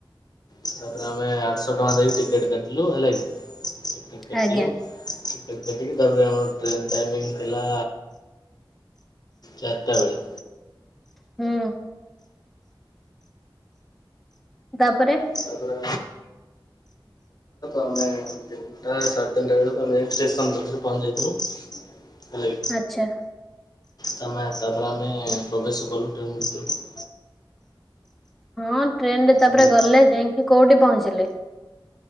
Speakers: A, on the left; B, in the centre.
A: ତାପରେ ଆମେ ଆଠଶହ ଟଙ୍କା ଦେଇକି ଟିକେଟ କାଟିଲୁ ହେଲାକି ଟିକେଟ୍ କାଟିଲୁ।
B: ଆଜ୍ଞା
A: କେଟ୍ କାଟିକି ତାପରେ ଆମର ଟ୍ରେନ୍ ଟାଇମିଙ୍ଗ ଥିଲା ଚାରିଟା ବେଳେ।
B: ହୁଁ। ତାପରେ
A: ତାପରେ ଆମେ <inaudible> ଟା ସା ତିନିଟା ବେଳକୁ ଆମେ ପହଞ୍ଚି ଯାଇଥିବୁ ହେଲା କି?
B: ଆଚ୍ଛା।
A: ତମେ ଆସିଲା ପରେ ଆମେ ପ୍ରବେଶ କଲୁ ଟ୍ରେନ୍ ଭିତରକୁ।
B: ହଁ ଟ୍ରେନ ରେ ତାପରେ
A: ହେଲା କି।
B: ଗଲେ ଯାଇକି କୋଉଠି ପହଞ୍ଚିଲେ?